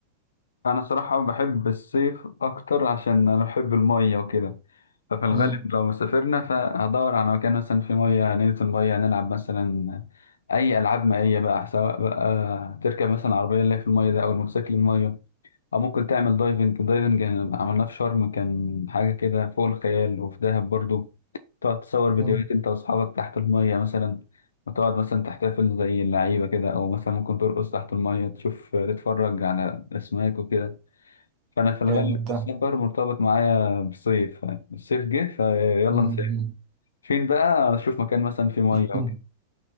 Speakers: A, on the left; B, on the right.
A: انا صراحة بحب الصيف اكتر عشان انا بحب المية وكده ففي الغالب
B: مم،
A: لو سافرنا فهدور على مكان مثلا فيه مية ننزل مية نلعب مثلا اي العاب مائية بقى سواء بقى تركب مثلا عربية اللي هي في المية ده او الموتوسيكل المية أو ممكن تعمل دايفنج دايفنج يعني عملناه في شرم كان حاجة كده فوق الخيال وفي دهب برضو تقعد تصور فيديوهات
B: مم،
A: أنت وأصحابك تحت المية مثلا وتقعد مثلا تحتفل زي اللعيبة كده أو مثلا ممكن ترقص تحت المية تشوف تتفرج على أسماك وكده فأنا في الغالب
B: جامد ده
A: السفر مرتبط معايا بالصيف الصيف جه فيلا
B: مم،
A: نسافر فين بقى أشوف مكان مثلا فيه مية
B: مم.
A: وكده
B: <laughs>